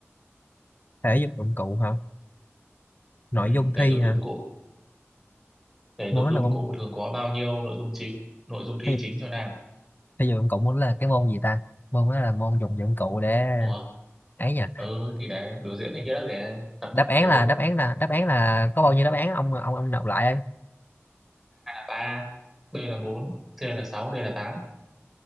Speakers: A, on the left; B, in the centre.
A: thể dục dụng cụ hả nội
B: ừ.
A: dung thi
B: Thể dục
A: hả
B: dụng cụ thể
A: môn
B: dục
A: đó
B: dụng
A: là môn
B: cụ thường có bao nhiêu nội dung chính nội dung thi
A: thể dục
B: chính cho nam
A: thể dục dụng cụ môn đó là cái môn gì ta môn đó là môn dùng dụng cụ để
B: Ủa?
A: ấy nha
B: ừ thì để biểu diễn này kia đó để tập
A: đáp án
B: tập thể
A: là
B: dục
A: đáp án là đáp án là có bao nhiêu đáp án ông ông ông đọc lại
B: ba B là bốn C là sáu D là tám